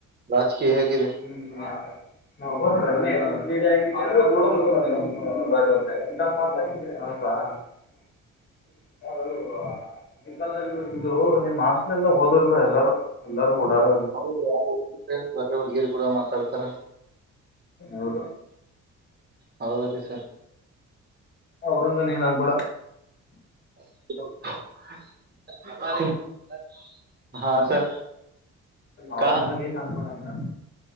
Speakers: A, on the right (about 35°); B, on the left (about 35°).
A: ರಾಜಕೀಯ ಹೇಗಿದೆ.
B: <unintelligible> <unintelligible> ಹೌದಾ
A: <inaudible>
B: <inaudible> <unintelligible> ಇಲ್ಲ ಹೋದ್ನು ಎಲ್ಲಾರ ಎಲ್ಲೂ ಓಡಾಡೋ.
A: ಹೌದು ಯ ಬರ ಹುಡ್ಗಿರಿ ಕೂಡ ಮಾತಾಡ್ತಾರ.
B: ಹೌದು
A: ಹೌ ಬರಿ ಸರ್.
B: ಅವ್ರಂಗ ನಿ ಆಗ್ಬೇಡ.
A: <unintelligible>
B: ಹ
A: ಸರ್
B: ಅವರಂಗ್
A: ಕಾ
B: ನಿ ಆಗಬೇಡ.